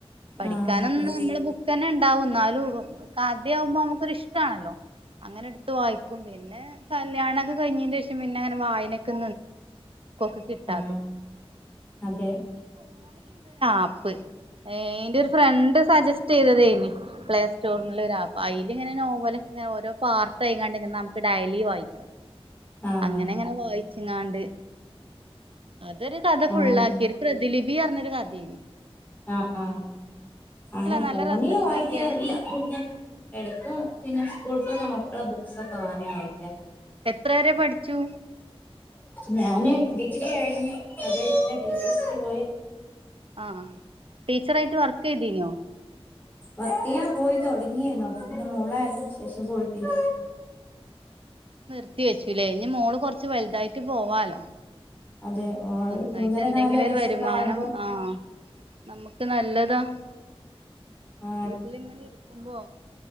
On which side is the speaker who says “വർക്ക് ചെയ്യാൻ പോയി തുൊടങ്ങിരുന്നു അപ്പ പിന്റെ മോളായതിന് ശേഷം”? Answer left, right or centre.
Left